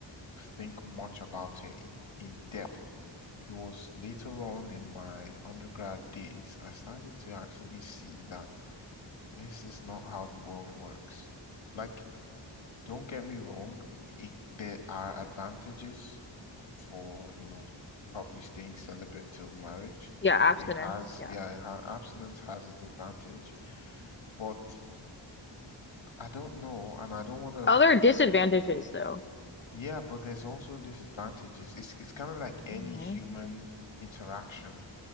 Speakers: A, on the left; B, on the left.
A: think much about it in, in depth. It was later on in my undergrad days, I started to actually see that this is not how the world works. Like, don't get me wrong, it, there are advantages for, you know, probably staying celibate till marriage.
B: Yeah, abstinence.
A: It has,
B: Yeah.
A: yeah, it ha abstinence has its advantage, but I don't know, and I don't want to
B: Other disadvantages though.
A: Yeah, but there's also disadvantages. It's it's kind of like any
B: hmm
A: human interaction.